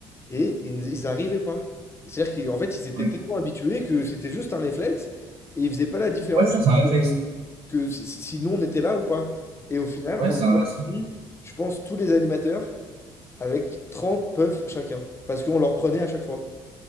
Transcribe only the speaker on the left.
et ils, ils arrivaient pas. C'est-à-dire qu'en fait, ils étaient
tellement habitués que c'était juste un réflexe, et ils faisaient pas la différence
que si, si- si nous on était là ou pas. Et au final,
on
est
reparti,
je pense, tous les animateurs, avec 30 puffs chacun, parce qu'on leur prenait à chaque fois.